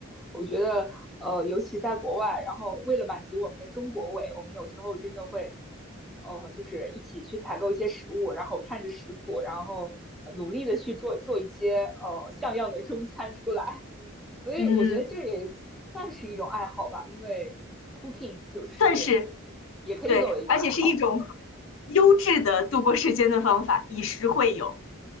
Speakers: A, in the centre; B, on the left (about 70°).
A: 我觉得，呃，尤其在国外，然后为了满足我们的中国胃，我们有时候真的会，呃，就是一起去采购一些食物，然后看着食谱，然后呃努力的去做做一些呃像样的中餐出来。所以我觉得这也算是一种爱好吧，
B: 嗯，
A: 因为 cooking 就是也也可以作为一种爱好。
B: 算是对，而且是一种
A: 对，
B: 优质的度过时间的方法，以食会友，